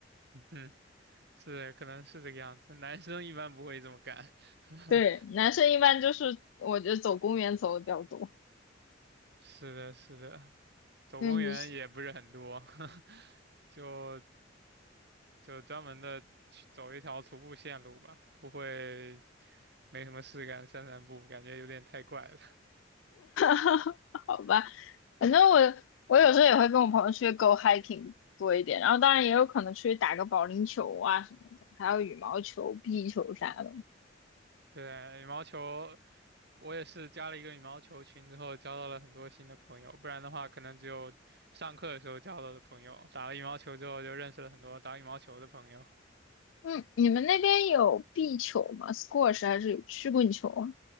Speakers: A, on the right (about 60°); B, on the left (about 85°).
A: 嗯，是，可能是这个样子。男生一般不会这么干。<laughs>
B: 对，男生一般就是我觉得走公园走的比较多，
A: 是的，是的，走公园也不是很多，
B: 对女生，
A: <laughs> 就就专门的去走一条徒步线路吧，不会没什么事干散散步，感觉有点太怪了。
B: <laughs> 好吧，反正我我有时候也会跟我朋友出去 go hiking 多一点，然后当然也有可能出去打个保龄球啊什么的，还有羽毛球、壁球啥的。
A: <laughs> 对，羽毛球，我也是加了一个羽毛球群之后，交到了很多新的朋友，不然的话，可能只有上课的时候交到的朋友。打了羽毛球之后，就认识了很多打羽毛球的朋友。
B: 嗯，你们那边有壁球吗？squash 还是有曲棍球啊？